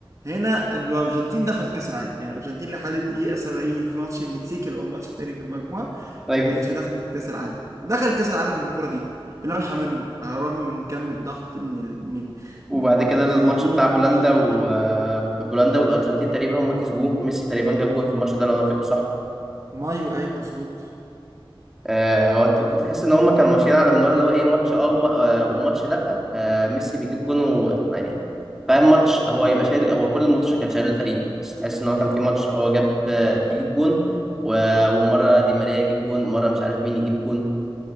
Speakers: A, on the right; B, in the centre.
A: هنا الأرجنتين دخلت كأس العالم يعني الأرجنتين لحد الدقيقة 70 في ماتش المكسيك اللي هو الماتش التاني في المجموعة
B: طيب
A: ما كانتش دخلت كأس العالم دخلت كاس العالم من الكره دي بلمحه منه على الرغم من كم الضغط من ال... من
B: وبعد
A: من
B: كده
A: التهديد
B: الماتش بتاع بولندا
A: الشتيمه
B: وبولندا والأرجنتين تقريبا هم كسبوه ميسي تقريبا جاب جون في الماتش ده لو أنا فاكر صح
A: مايو ايوه مظبوط
B: آه، هو كنت تحس ان هم كانوا ماشيين على منوال اللي هو ايه ماتش اه وما- آه، وماتش لا آه، ميسي بيجيب جون و- يعني فاهم ماتش هو يبقى شايل هو كل الماتش كان شايل الفريق بس تحس ان هو كان في ماتش هو جاب آه، يجيب جون و- ومره دي ماريا يجيب جون مره مش عارف مين يجيب جون